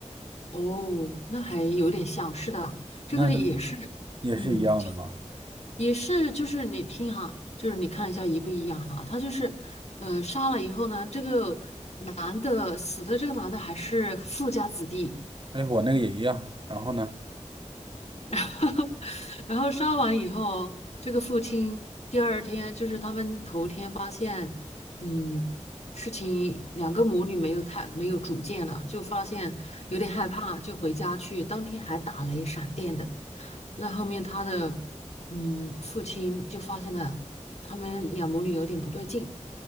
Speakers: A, on the left; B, on the right.
A: 哦，那还有点像，是的，这个也是，
B: 那也是一样的嘛，
A: 嗯，也是，就是你听哈，就是你看一下一不一样哈，他就是，呃，杀了以后呢，这个男的死的这个男的还是富家子弟。
B: 哎，我那个也一样，然后呢？
A: <laughs> 然后杀完以后，这个父亲第二天就是他们头天发现，嗯，事情两个母女没有太没有主见了，就发现有点害怕，就回家去。当天还打雷闪电的。那后面他的嗯父亲就发现了他们两母女有点不对劲，